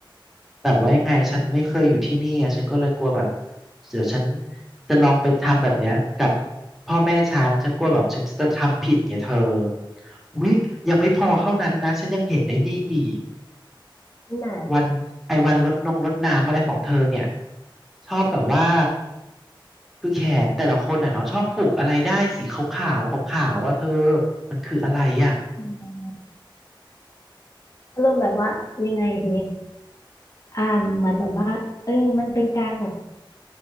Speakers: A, in the centre; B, on the left.
A: แบบว่ายังไงฉันไม่เคยอยู่ที่นี่ไงฉันก็เลยกลัวแบบเดี๋ยวฉันจะลองไปทำแบบเนี้ยกับพ่อแม่ฉันฉันกลัวแบบฉันจะทำผิดไงเธออุ๊ยยังไม่พอเท่านั้นนะฉันยังเห็นไอ้นี่อีก
B: อันไหน
A: วันไอ้วันลดนงลดน้ำอะไรของเธอเนี่ยชอบแบบว่าคือแขนแต่ละคนอ่ะเนาะชอบผูกอะไรได้สีขาวๆขาวๆว่าเธอมันคืออะไรอ่ะ
B: อืมอารมณ์แบบว่ายังไงดีอ่ามันแบบว่าเออมันเป็นการแบบ